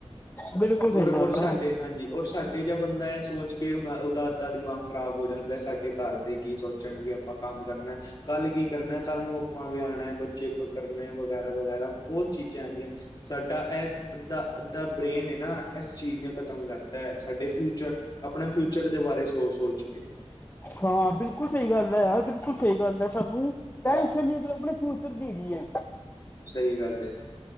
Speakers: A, on the left; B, on the left.
A: ਬਿਲਕੁਲ ਸਹੀ
B: ਔਰ,
A: ਗੱਲ
B: ਔਰ ਸਾਡੇ
A: ਹੈ
B: ਹਾਂਜੀ। ਔਰ ਸਾਡੇ ਬੰਦਾ ਸੋਚ ਕੇ ਉਹ ਉਹਦਾ ਅੱਧਾ ਦਿਮਾਗ ਖ਼ਰਾਬ ਹੋ ਜਾਂਦਾ। ਸਾਡੇ ਘਰ ਦੇ ਕੀ ਸੋਚਣਗੇ ਆਪਾਂ ਕੰਮ ਕਰ ਕਰਨਾ ਕੱਲ ਕੀ ਕਰਨਾ ਕੱਲ ਨੂੰ ਆਪਾਂ ਵਿਆ ਆਉਣਾ, ਬੱਚੇ ਕਰਨਾ ਵਗੈਰਾ- ਵਗੈਰਾ ਬਹੁਤ ਚੀਜ਼ਾਂ ਹੈਗੀਆਂ। ਸਾਡਾ ਇਹ ਅੱਧਾ- ਅੱਧਾ ਬ੍ਰੇਨ ਹੈ ਨਾ ਇਸ ਚੀਜ਼ ਨੇ ਖ਼ਤਮ ਕਰਤਾ ਹੈ। ਸਾਡੇ ਫਿਊਚਰ ਆਪਣਾ ਫਿਊਚਰ ਦੇ ਬਾਰੇ ਸੋਚ- ਸੋਚ ਕੇ
A: ਹਾਂ। ਬਿਲਕੁਲ ਸਹੀ ਗੱਲ ਹੈ ਯਾਰ ਬਿਲਕੁਲ ਸਹੀ ਗੱਲ ਹੈ। ਸਾਨੂੰ ਟੈਨਸ਼ਨ ਨ ਅ ਆਪਣੇ ਫਿਊਚਰ ਦੀਗੀ ਹੈ।
B: ਸਹੀ ਗੱਲ ਏ।